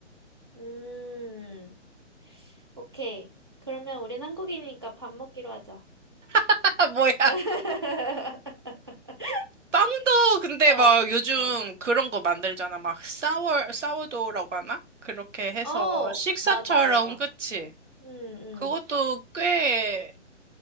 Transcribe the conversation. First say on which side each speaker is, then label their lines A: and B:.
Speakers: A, on the right; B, on the right.
A: 음, 오케이. 그러면 우린 한국인이니까 밥 먹기로 하자.
B: <laughs> 뭐야?
A: <laughs>
B: 빵도 근데
A: 어,
B: 막 요즘
A: 어.
B: 그런 거 만들잖아. 막 사워, 사워도우라고 하나? 그렇게 해서
A: 어,
B: 식사처럼,
A: 맞아, 맞아.
B: 그치?
A: 음, 음.
B: 그것도 꽤